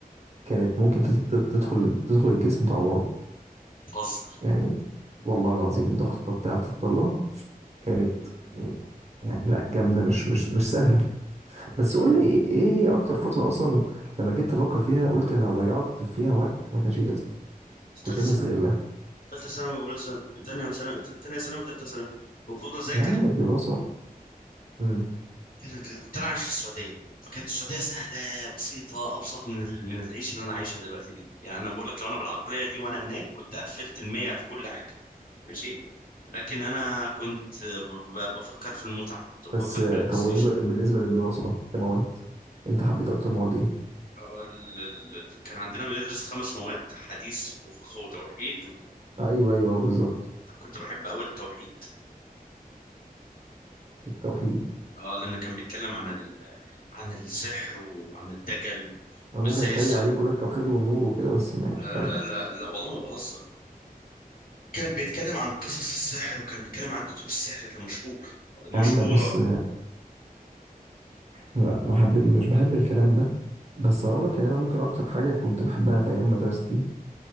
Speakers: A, on the right (about 45°); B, on the left (about 70°).
A: كانت ممكن تت- تت- تدخل تدخل الجسم تعوره
B: بتهزر
A: يعني والله العظيم الضغطه بتاعه الطلقه كانت م- يعني لا جامده مش مش مش سهله بس قول لي ايه هي اكتر فتره اصلا لما جيت افكر فيها قلت انا ضيعت فيها وقت ما كانش ليه لازمه كنت
B: ثالثة
A: لازم
B: ثانوي
A: استغلها
B: ثالثة ثانوي أولى ثانوي ثانية ثانوي ثانية ثانوي ثالثة ثانوي المفروض أذاكر
A: يا عم الدراسه امم
B: كان- كان- كنت انا عايش في السعوديه فكانت السعوديه سهله بسيطه ابسط من ال- من العيشه اللي انا عايشها دلوقتي دي يعني انا بقول لك لو انا بالعقليه دي وانا هناك كنت قفلت المية في كل حاجه ماشي لكن انا كنت ب- بفكر في المتعه كنت بفكر
A: بس آه،
B: في البلاي
A: طب
B: ستيشن
A: بالنسبه بالنسبه للدراسه كمواد انت حبيت اكتر مواد ايه
B: آه، ال- ال- ال- كان عندنا بندرس خمس مواد حديث وفقه وتوحيد
A: ايوه ايوه بالظبط
B: وكنت بحب اول التوحيد
A: التوحيد
B: اه لان كان بيتكلم عن ال... عن السحر وعن الدجل و...
A: انا
B: وازاي
A: ممكن اتريق
B: السحر
A: عليك اقول لك توحيد والنور وكده بس ما
B: لا
A: كمل
B: لا لا, لا والله ما بهزر كان بيتكلم عن قصص السحر وكان بيتكلم عن كتب السحر اللي مشهور المشهورة
A: يا عم بص لا ما حبيت مش بحب الكلام ده بس انا اقول لك ان انا ممكن اكتر حاجه كنت بحبها في ايام مدرستي